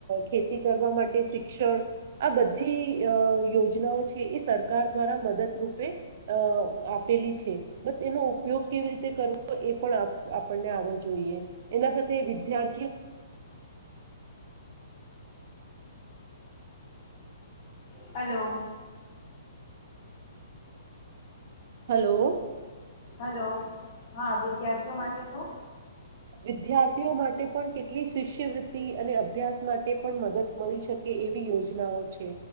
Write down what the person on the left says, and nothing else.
હલો.
હલો હા વિદ્યાર્થીઓ માટે શું?